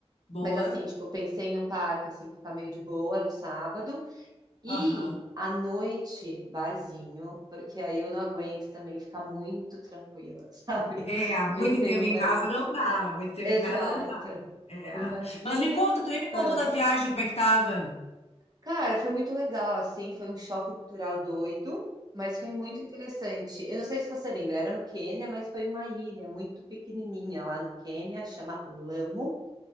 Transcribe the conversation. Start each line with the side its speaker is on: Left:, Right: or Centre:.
Left: Boa.
Right: Mas assim, tipo, eu pensei num parque, assim, ficar meio de boa no sábado. E
Left: Aham.
Right: à noite, barzinho, porque aí eu não aguento também ficar muito tranquila, <laughs> sabe?
Left: É, muito
Right: Pensei
Left: tempo
Right: num
Left: em
Right: bar...
Left: casa não dá. Muito tempo
Right: Exato.
Left: em casa não É.
Right: Um barzinho.
Left: Mas me conta, tu nem me contou
Right: Ah.
Left: da viagem, como é que tava?
Right: Cara, foi muito legal, assim, foi um choque cultural doido, mas foi muito interessante. Eu não sei se você lembra, era no Quênia, mas foi uma ilha muito pequenininha lá no Quênia, chama Lamo.